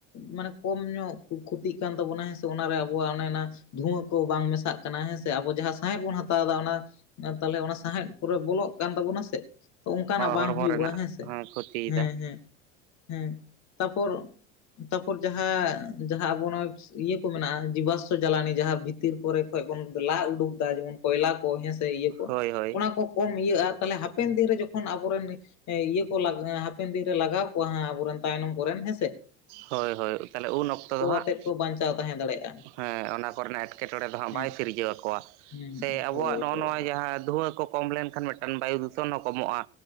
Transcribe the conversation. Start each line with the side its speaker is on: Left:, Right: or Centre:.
Left: ᱢᱟᱱᱮ ᱠᱚᱢ ᱧᱚᱜ ᱠᱷᱚᱛᱤᱜ ᱠᱟᱱ ᱛᱟᱵᱚᱱᱟ ᱦᱮᱸ ᱥᱮ ᱚᱱᱟᱨᱮ ᱟᱵᱚᱣᱟᱜ ᱚᱱᱮ ᱚᱱᱟ ᱫᱷᱩᱣᱟᱹ ᱠᱚ ᱵᱟᱝ ᱢᱮᱥᱟᱜ ᱠᱟᱱᱟ ᱦᱮᱸ ᱥᱮ᱾ ᱟᱵᱚ ᱡᱟᱦᱟᱸ ᱥᱟᱸᱦᱮᱫ ᱵᱚᱱ ᱦᱟᱛᱟᱣᱫᱟ ᱚᱱᱟ ᱛᱟᱦᱞᱮ ᱚᱱᱟ ᱥᱟᱦᱮᱫ ᱠᱚᱨᱮ ᱵᱚᱞᱚᱜ ᱠᱟᱱ ᱛᱟᱵᱚᱱᱟ ᱥᱮ ᱛᱚ ᱚᱱᱠᱟᱱᱟᱜ ᱵᱟᱝ
Right: ᱦᱚᱲᱢᱚ
Left: ᱦᱩᱭᱩᱜ-ᱟ
Right: ᱨᱮᱱᱟᱜ
Left: ᱦᱮᱸ ᱥᱮ
Right: ᱦᱚᱸᱭ ᱠᱷᱚᱛᱤᱭᱮᱫᱟ
Left: ᱦᱮᱸ ᱦᱮᱸ ᱦᱮᱸ᱾ ᱛᱟᱯᱚᱨ, ᱛᱟᱯᱚᱨ ᱡᱟᱦᱟᱸ ᱡᱟᱦᱟᱸ ᱟᱵᱚ ᱱᱚᱜ-ᱚᱭ ᱤᱭᱟᱹ ᱠᱚ ᱢᱮᱱᱟᱜ-ᱟ ᱡᱤᱵᱟᱥᱥᱚ ᱡᱟᱞᱟᱱᱤ ᱡᱟᱦᱟᱸ ᱵᱷᱤᱛᱤᱨ ᱠᱚᱨᱮ ᱠᱷᱚᱱ ᱵᱚᱱ ᱞᱟ ᱩᱰᱩᱠᱫᱟ ᱡᱮᱢᱚᱱ ᱠᱚᱭᱞᱟ ᱠᱚ ᱦᱮᱸ ᱥᱮ ᱤᱭᱟᱹ ᱠᱚ
Right: ᱦᱳᱭ ᱦᱳᱭ
Left: ᱚᱱᱟ ᱠᱚ ᱠᱚᱢ ᱤᱭᱟᱹᱜ-ᱟ, ᱛᱟᱦᱞᱮ ᱦᱟᱯᱮᱱ ᱫᱤᱱ ᱨᱮ ᱡᱚᱠᱷᱚᱱ ᱟᱵᱚᱨᱮᱱ ᱮᱸ, ᱤᱭᱟᱹ ᱠᱚ ᱞᱟᱜᱽ ᱦᱟᱯᱮᱱ ᱫᱤᱱ ᱨᱮ ᱞᱟᱜᱟᱣ ᱠᱚᱣᱟ ᱦᱟᱸᱜ ᱟᱵᱚᱨᱮᱱ ᱛᱟᱭᱱᱚᱢ ᱠᱚᱨᱮᱱ ᱦᱮᱸ ᱥᱮ᱾
Right: ᱦᱳᱭ ᱦᱳᱭ ᱛᱟᱦᱞᱮ ᱩᱱ ᱚᱠᱛᱚ ᱫᱚ ᱦᱟᱸᱜ
Left: ᱟᱛᱮᱫ ᱠᱚ ᱵᱟᱧᱪᱟᱣ ᱛᱟᱦᱮᱸ ᱫᱟᱲᱮᱭᱟᱜᱼᱟ
Right: ᱦᱮᱸ ᱚᱱᱟ ᱠᱚᱨᱮᱱᱟᱜ ᱮᱴᱠᱮᱴᱚᱬᱮ ᱫᱚ ᱦᱟᱸᱜ
Left: ᱦᱩᱸ
Right: ᱵᱟᱭ ᱥᱤᱨᱡᱟᱹᱣᱟᱠᱚᱣᱟ᱾
Left: ᱦᱩᱸ
Right: ᱥᱮ ᱟᱵᱚᱣᱟᱜ
Left: ᱦᱳᱭ
Right: ᱱᱚᱜ-ᱚ
Left: ᱦᱳᱭ
Right: ᱱᱚᱣᱟ ᱡᱟᱦᱟᱸ ᱫᱷᱩᱶᱟᱹ ᱠᱚ ᱠᱚᱢ ᱞᱮᱱ ᱠᱷᱟᱱ ᱢᱤᱫᱴᱟᱱ ᱵᱟᱭᱩ ᱫᱩᱥᱚᱱ ᱦᱚᱸ ᱠᱚᱢᱚᱜ-ᱟ